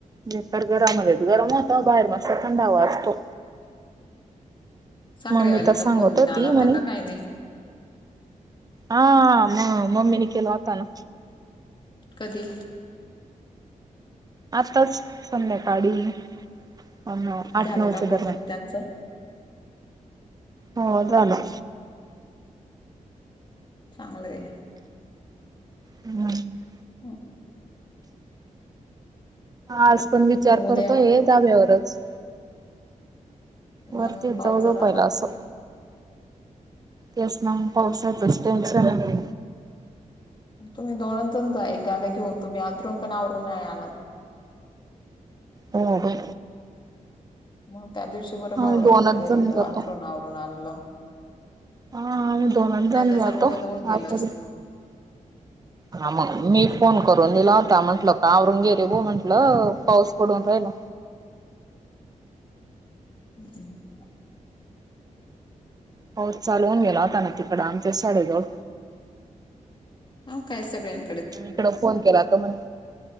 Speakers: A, on the right; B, on the left.
A: म्ह तर गरमलेच गरम होता बाहेर मस्त थंडा हवा असतो
B: साखरेवालीचा
A: मम्मी त सांगत
B: फोन बिन
A: हो
B: आला
A: ती
B: होता
A: म्हणे
B: का काही नाही
A: हा म मम्मी नि केेल होता ना
B: कधी
A: आताच संध्याकाळी आठ
B: झालं
A: नऊच्या
B: का बोलणं
A: दरम्यान
B: मग त्यांचं
A: हो जाला
B: हम्म चांगलय
A: हम्म
B: ह
A: आज पण विचार करतोय
B: उद्या
A: ये धाब्यावरच वरतीच
B: अन पाऊस
A: जाऊ जाऊ
B: जर
A: पाहिला
B: आला
A: असं
B: तर
A: येस मॅम पावसातच टेन्शन आहे
B: तुम्ही दोनच जण जा एक गादा्या घेऊन तुम्ही अरून पण आवरून नाही आणात
A: होही
B: मग त्या दिवशी बरं
A: आम्ही
B: बावड्या
A: दोनच
B: होता घरी
A: जण
B: तर
A: जातो
B: अंतरून आवरून आणलं
A: हा आम्ही दोनच
B: नाही
A: जण
B: तर
A: जातो
B: सगळं ओलावून गेल
A: आसरी.
B: असत
A: हा मग मी फोन करून दिला होता म्हंटल कावरृंगेरी भा म्हंटलं पाऊस पडून राहिला
B: हम्म
A: हो चाल न मललाताना तिकड आमच्या शाळेजवळ
B: ह कायस बन
A: इकड फोन केला होता म